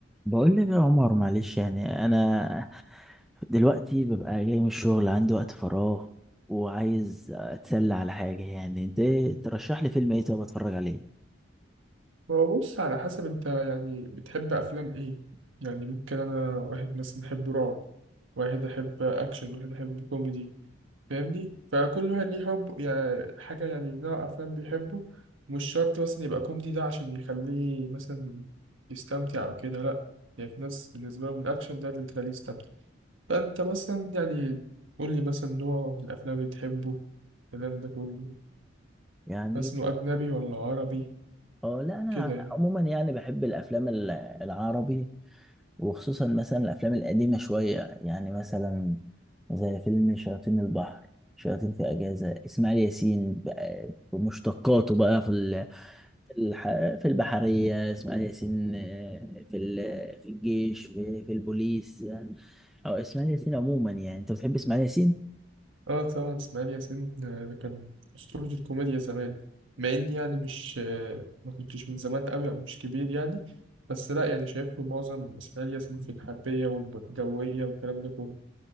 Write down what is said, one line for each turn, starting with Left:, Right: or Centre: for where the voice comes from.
Centre: بقول لك يا عمر معلش يعني انا دلوقتي ببقى جاي من الشغل عندي وقت فراغ وعايز اتسلى على حاجه يعني انت إيه- ترشح لي فيلم ايه طب اتفرج عليه
Right: هو بص على حسب انت يعني بتحب افلام ايه يعني ممكن انا واحد مثلا احب رعب واحد احب اكشن واحد احب كوميدي فاهمني فكل واحد ليه حب يعني حاجة يعني نوع افلام بيحبه مش شرط مثلا يبقى كوميدي ده عشان يخليه مثلا يستمتع او كده لا يعني في ناس بالنسبة لهم الاكشن ده اللي بتخليه يستمتع فانت مثلا يعني قول لي مثلا نوع الافلام اللي تحبه الكلام ده كله
Centre: يعني
Right: بس انه اجنبي ولا عربي
Centre: اه لا انا
Right: كده يعني
Centre: عموما يعني بحب الافلام ال- العربي وخصوصا مثلا الافلام القديمه شويه يعني مثلا زي فيلم شياطين البحر شياطين في اجازه اسماعيل ياسين بقى بمشتقاته بقى في ال- في الح... في البحريه اسماعيل ياسين آه، في ال... في الجيش في... في البوليس آه، او اسماعيل ياسين عموما يعني انت بتحب اسماعيل ياسين
Right: اه طبعا اسماعيل ياسين آه، ده كان أسطورة الكوميديا زمان مع إني يعني مش آه، ما كنتش من زمان قوي أو مش كبير يعني بس لا يعني شايف له معظم إسماعيل ياسين في الحربية والجوية والكلام ده كله